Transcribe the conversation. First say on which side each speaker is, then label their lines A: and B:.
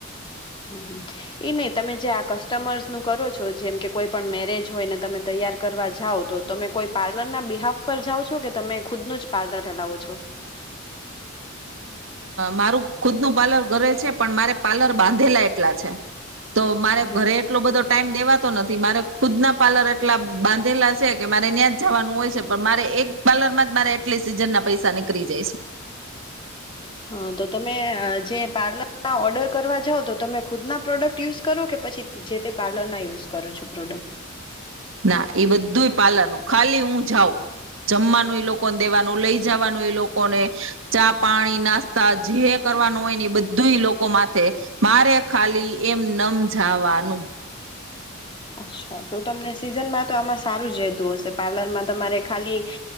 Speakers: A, on the left; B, on the right.
A: હમ હ એઈ નહી તમે જે આ કસ્ટમર્સ નું કરો છો જેમ કે કોઈ પણ મેરેજ હોય ને તમે તૈયાર કરવા જાઓ તો તમે કોઈ પાર્લર ના બિહાફ પર જાઓ છો કે તમે ખુદનું જ પાર્લર હલાવો છો
B: મારું ખુદ ન પાર્લર ઘરે છે પણ મારે પાર્લર બાંધેલા એટલા છે તો મારે
A: હમ
B: ઘરે એટલો બધો ટાઈઇમ દેવા નથી મારે ખુદ ના પાર્લર એટલા બાંધેલા છે કે મારે ત્યાં જ જવાનું હોય છે પણ મારે એક પાર્લર માં જ મારે એટલી સીઝન ના પૈસા નીકળી જાય છે
A: હા તો તમે જે પાર્લરના ઓર્ડર કરવા જાાવ તો તમે ખુદના પ્રોડક્ટ યુઝ કરો કે પછી જે તે પાર્લરના યુઝ કરો છો પ્રોડક્ટ
B: ના એ બધું પાલનનું ખાલી હું જાઉં જમવાનું એ લોકોને દેવાનું લઈ જવાનું એ લોકોને ચા પાણી નાસ્તા જે કરવાનું હોય ને એ બધું લોકો માથે મારે ખાલી એમ નમજાવાનું
A: અચ્છા તો તમને સિઝનમાં તો આમાં સારું જ રહેતું હશે પાર્લરમાં તમારે ખાલી